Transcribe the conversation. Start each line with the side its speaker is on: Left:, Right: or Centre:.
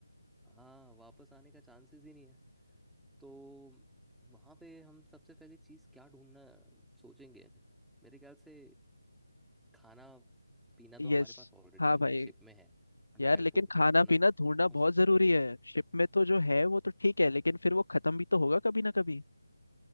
Centre: हाँ वापस आने का चांसेस ही नहीं है तो वहां पे हम सबसे पहले चीज क्या ढूंढना सोचेंगे मेरे ख्याल से खाना पीना
Left: यस
Centre: तो हमारे पास ऑलरेडी
Left: हाँ
Centre: हमारी
Left: भाई
Centre: शिप में है ड्राई
Left: यार लेकिन
Centre: फूड
Left: खाना
Centre: है ना
Left: पीना ढूंढना बहुत
Centre: उस
Left: जरूरी है शिप में तो जो है वो तो ठीक है लेकिन फिर वो खत्म भी तो होगा कभी ना कभी